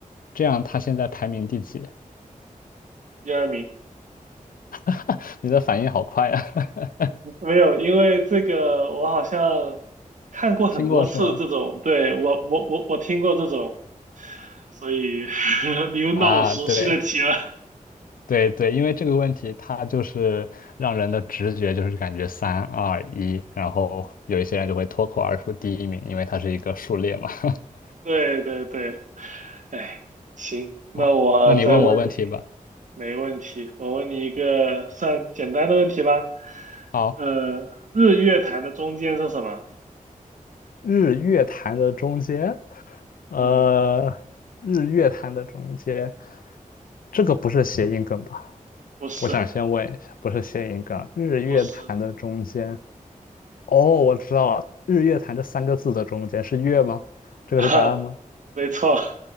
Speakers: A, on the left; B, on the right.
A: 这样他现在排名第几？
B: 第二名，
A: <laughs> 你的反应好快呀、<laughs>
B: 没有，因为这个我好像看过很多次这种，
A: 听过是吗？
B: 对，我我我我听过这种，所以 <laughs> 你又让我熟悉的题了。
A: 啊，对。对对，因为这个问题，它就是让人的直觉就是感觉三二一，然后有一些人就会脱口而出第一名，因为它是一个数列嘛。<laughs>
B: 对对对，哎，行，那我再问你，
A: 好，那你问我问题吧。
B: 没问题，我问你一个算简单的问题吧。
A: 好，
B: 呃，日月潭的中间是什么？
A: 日月潭的中间，呃，
B: 嗯，
A: 日月潭的中间，这个不是谐音梗吧？
B: 不是，
A: 我想先问一下，不是谐音梗，日月潭的中间，
B: 不是
A: 哦，我知道了，日月潭这三个字的中间是月吗？这个是答案吗？
B: <laughs> 啊，没错，